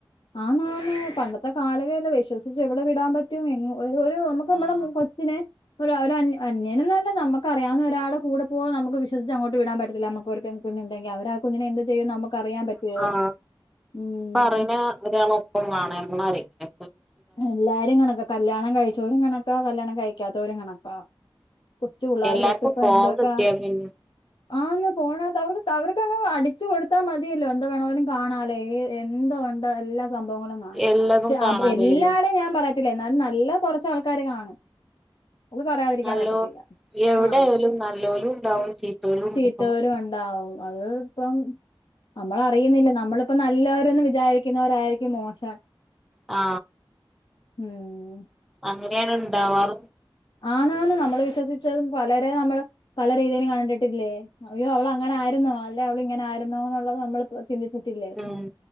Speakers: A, on the left; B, in the centre.
A: ആന്നാന്ന്പണ്ടത്തെ കാലമേ അല്ല വിശ്വസിച്ച്എവിടെ വിടാൻ പറ്റും ഒരു ഒരു നമുക്ക് നമ്മടെ
B: ആഹ്
A: കൊച്ചിനെ ഒരു ഒര അന്യ അന്യനെന്നുമല്ലനമുക്ക് അറിയാവുന്ന ഒരാളുടെകൂടെ പോകാൻ നമുക്ക് വിശ്വ ച്ച് അങ്ങോട്ട് വിടാൻപറ്റില്ല നമക്ക് ഒരു പെൺകുഞ്ഞുണ്ടങ്കിൽഅവരാ ആ കുഞ്ഞിനെ എന്തും ചെയ്യും നമുക്ക് അറിയാൻ പറ്റുവോ
B: ആ
A: ഉം
B: പറന ഇള ഒപ്പം കാണമ്മ അരങ്ങ
A: എല്ലാരും കണക്കാ കല്യാണം കഴിച്ചവരും കണക്കാ കല്യാണം കഴിക്കാത്തവരും കണക്കാ കൊച്ചു പിള്ളേർ
B: എല്ലാർക്കും
A: തൊട്ട് ഇപ്പൊ
B: ഫോൺ
A: എന്തൊക്കാ
B: കിട്ടിയാ പിന്നെ
A: ആന്ന് ഫോണാ അവർക്ക് അവർക്ക്ന്ന് അടിച്ചു കൊടുത്താ മതി തിയല്ല എന്തു വേണോലും കാണാലോ എന്തോ ഒണ്ട് എല്ലാം, സംഭവങ്ങളും കാണാം
B: എല്ലതും
A: ടാബ്
B: കാണാനായില്ലേ
A: എല്ലാരും ഞാൻ പറയത്തില്ല എന്നാലും നല്ല കെറച്ച് ആൾക്കാര് കാണും. അത് പറയാതിരിക്കാൻ
B: നല്ലോ
A: പറ്റത്തില്ല.
B: എവിടെയായാലും
A: ആ
B: നല്ലോലും ഉണ്ടാവും ചീത്തോലും ഉണ്ടാവും
A: ചീത്തവരും ഒണ്ടാവും. അത് ഇപ്പം നമ്മള അറിയുന്നില്ല നമ്മളിപ്പ നല്ലവരന്ന് വിചാരിക്കുന്നവരായിരിക്കും മോശം.
B: ആ
A: ഉം
B: അങ്ങനെയാണ് ഉണ്ടാവാറ്.
A: ആന്നാന്ന് നമ്മള് വിശ്വസിച്ചതും പലരെ നമ്മൾ പല രീതിയിലും കണ്ടണ്ടിട്ടില്ലേ അയ്യോ അവള അങ്ങന ആരുന്നോ അല്ല അവള ഇങ്ങനെ ആരുന്നോന്നുള്ളത് നമ്മൾ ചിന്തിച്ചിട്ടില്ലേ
B: ഉം